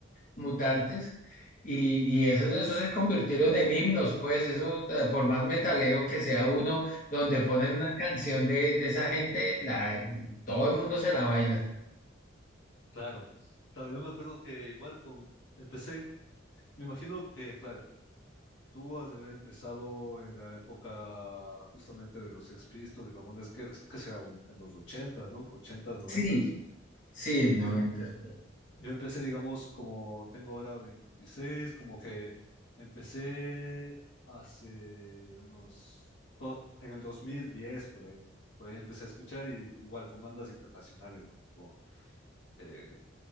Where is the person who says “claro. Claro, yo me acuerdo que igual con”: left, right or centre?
Left